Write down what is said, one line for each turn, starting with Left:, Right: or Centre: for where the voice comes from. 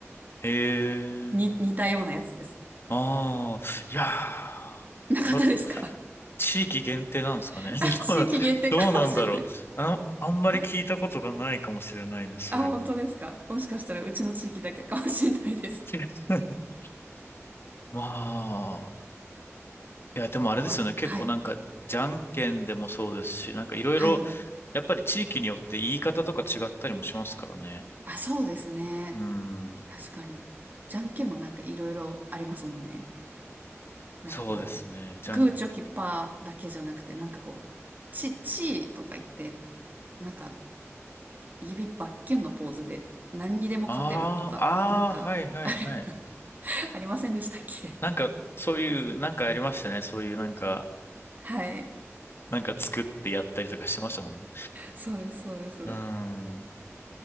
Left: へ
Right: に、
Left: え。
Right: 似たようなやつです。
Left: ああ、いやー、
Right: なかったですか
Left: そ地域限定なんですかね。
Right: <laughs>
Left: <laughs>
Right: あ、地域限定かもしれない。
Left: どうな、どうなんだろう。あ、あんまり聞いたことがないかもしれないです、
Right: <laughs>
Left: それも。
Right: あ、本当ですかもしかしたらうちの地域だけかもしれないですね。
Left: <laughs> まあ、いや、でもあれですよね。
Right: あ、
Left: 結構なんか、
Right: はい、
Left: じゃんけんでもそうですし、なんかいろいろ、
Right: はい。
Left: やっぱり地域によって言い方とか違ったりもしますからね。
Right: あ、そうですね。
Left: うん。
Right: 確かに。じゃんけんもなんかいろいろありますもんね。なんかこう、
Left: そうですね。じゃん、
Right: グーチョキパーだけじゃなくて、なんかこう、チ、チーとか言って、なんか指バッキュンのポーズで何にでも勝てるとか、
Left: ああ、ああ、
Right: なんか、
Left: はいはいはい。
Right: あれ <laughs> ありませんでしたっけ
Left: なんか、そういう、なんかありましたね。そういうなんか、
Right: はい。
Left: なんか作ってやったりとかしてましたもんね。
Right: そうです、そうです。
Left: うん。